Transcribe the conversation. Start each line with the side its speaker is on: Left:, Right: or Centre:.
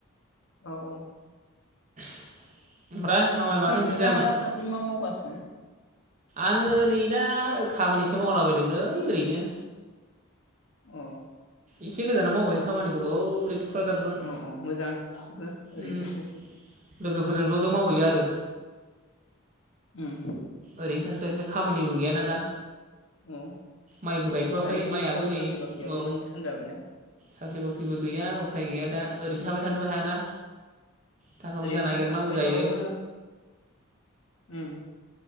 Left: औ अ
Right: <inaudible> ओमफ्राय मामाय
Left: नोंथां
Right: माथो ओंख्रि
Left: नोंथाङा
Right: जायामोन
Left: दासान्दि मा मावगासिनो
Right: आङो नै दा खामानिसो मावलाबायदोंलै ओरैनो।
Left: अ।
Right: इसे गोजानाव माहैयो खामानि गोबाव ओरै थुक्राझारजों
Left: अ अ मोजां गासिबो ओरैनो
Right: ओम
Left: थास्लायस्लाय
Right: लोगोफोरजों ज' ज' मावहैयो आरो।
Left: उम।
Right: ओरैनो थास्लाय स्लाय खामानिबो गैयाना दा।
Left: औ
Right: माइबो गायथ'वाखै
Left: दानि जुगावथ'
Right: माइयआो नै
Left: साख्रि बाख्रियाबो
Right: औ
Left: मोननो थान जाबायना
Right: साख्रि बाख्रिबो गैया उफाय गैया दा। ओरैनो थाबाय थानोबो हायाना। थाखा फैसा
Left: ओरैनो
Right: नागिरनांगौ
Left: थाबाय
Right: जायो
Left: थाबाबो अम